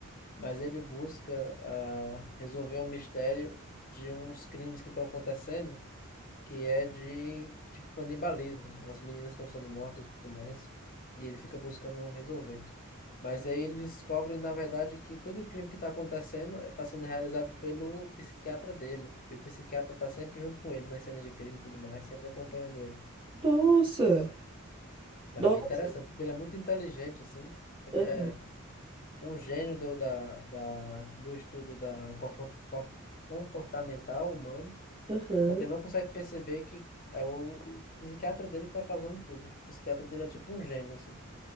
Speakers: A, on the left (about 40°); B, on the right (about 25°).
A: Mas ele busca ah, resolver um mistério de uns crimes que estão acontecendo que é de tipo canibalismo. né? As meninas estão sendo mortas e tudo mais. E ele fica buscando resolver. Mas aí ele descobre, na verdade, que todo o crime que está acontecendo está sendo realizado pelo psiquiatra dele. E o psiquiatra está sempre junto com ele nas cenas de crime e tudo mais, sempre acompanhando ele.
B: nossa.
A: Também
B: Nossa.
A: é interessante, porque ele é muito inteligente, assim. Tipo, ele
B: Aham,
A: é um gênio do, da, da, do estudo da corpo- corpo- comportamental humano.
B: aham.
A: Só que ele não consegue perceber que é o, o psiquiatra dele que está causando tudo. O psiquiatra dele é tipo um gênio, assim.